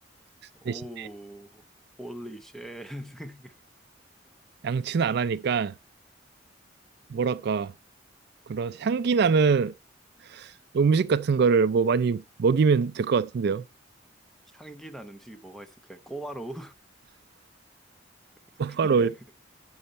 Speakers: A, in the centre; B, on the right.
A: 오,
B: 대신
A: 홀리 쉣. <laughs>
B: 양치는 안 하니까 뭐랄까 그런 향기 나는 음식 같은 거를 뭐 많이 먹이면 될 것 같은데요.
A: 향기 난 음식이 뭐가 있을까요? 꼬바로우? <laughs>
B: <laughs> 바로